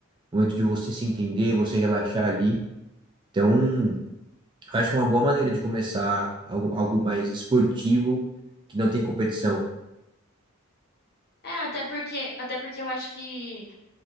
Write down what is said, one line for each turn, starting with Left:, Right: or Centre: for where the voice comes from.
Right: O momento de você se entender, você relaxar ali. Então, eu acho que é uma boa maneira de começar algo, algo mais esportivo, que não tem competição.
Left: É, até porque, até porque eu acho que